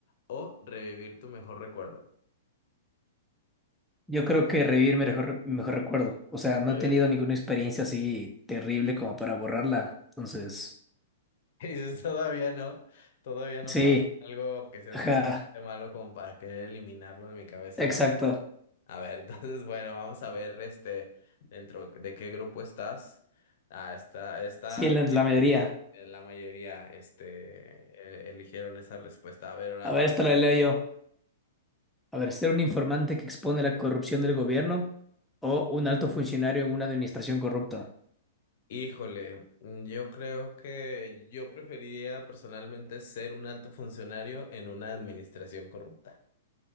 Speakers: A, on the left (about 55°); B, in the centre.
A: o revivir tu mejor recuerdo?
B: Yo creo que revivir mi mejor, mi mejor recuerdo. O sea, no
A: Revivir.
B: he tenido ninguna experiencia así terrible como para borrarla. Entonces,
A: <laughs> Y Dices, Todavía no, todavía no
B: sí,
A: pasa algo que sea
B: ajá,
A: suficiente malo como para querer eliminarlo de mi cabeza.
B: exacto.
A: A ver, <laughs> entonces, bueno, vamos a ver este dentro de qué grupo estás. Ah, está, está
B: Sí, la, la mayoría.
A: eh, la mayoría, este, e- eligieron esa respuesta. A ver, ahora
B: A
A: abajo.
B: ver, esta la leo yo. A ver, ser un informante que expone la corrupción del gobierno o un alto funcionario en una administración corrupta.
A: Híjole, mm, yo creo que yo preferiría personalmente ser un alto funcionario en una administración corrupta.